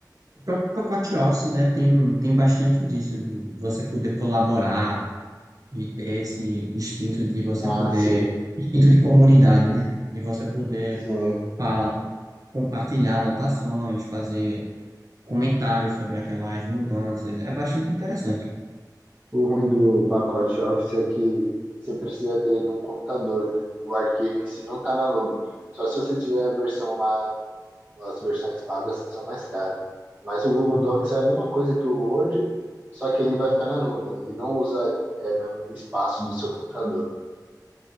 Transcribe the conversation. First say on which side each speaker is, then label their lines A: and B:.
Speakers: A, on the right (about 55°); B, on the right (about 25°).
A: O próprio pacote Office, né, tem, tem bastante disso, de você poder colaborar e ter esse instinto de você
B: Ah,
A: poder,
B: sim,
A: instinto de comunidade, né? De você poder
B: sim.
A: falar, compartilhar anotações, fazer comentários sobre aquelas mudanças. É bastante interessante.
B: O ruim do pacote Office é que você precisa ter ele num computador, né? O arquivo em si não está na nuvem. Só se você tiver a versão lá as versões pagas que são mais caras. Mas o Google Docs é a mesma coisa que o Word, só que ele vai ficar na nuvem. Ele não usa é, meu- espaço do seu computador.